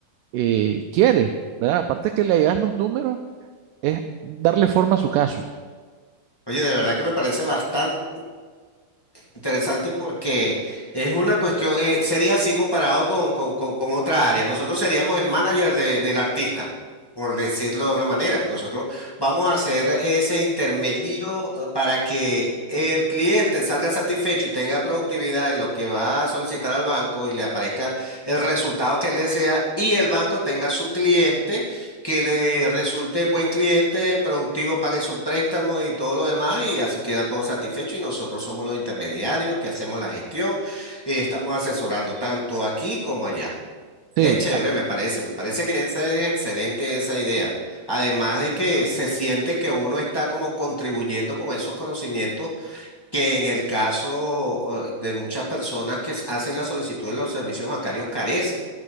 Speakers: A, on the right; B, on the left.
A: eh, quiere, ¿verdad? Aparte que le das los números, es darle forma a su caso.
B: Oye, de verdad que me parece bastante interesante porque es una cuestión, eh, sería así comparado con, con- con- con otra área. Nosotros seríamos el manager de- del artista, por decirlo de una manera. Nosotros vamos a hacer ese intermedio eh, para que el cliente salga satisfecho y tenga productividad en lo que va a solicitar al banco y le aparezca el resultado que él desea y el banco tenga su cliente. que le resulte buen cliente, productivo, pague sus préstamos y todo lo demás, y así queda todo satisfecho. Y nosotros somos los intermediarios que hacemos la gestión y estamos asesorando tanto aquí como allá.
A: Sí,
B: Es chévere,
A: a-
B: me parece, me parece que esa es excelente esa idea. Además de que se siente que uno está como contribuyendo con esos conocimientos que en el caso eh, de muchas personas que s- hacen la solicitud de los servicios bancarios carecen.